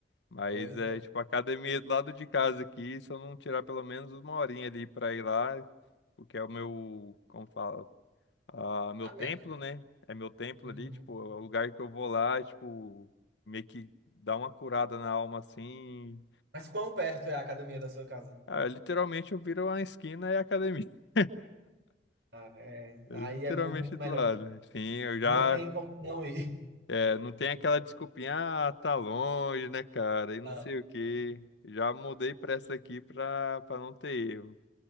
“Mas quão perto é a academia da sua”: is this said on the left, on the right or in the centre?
Right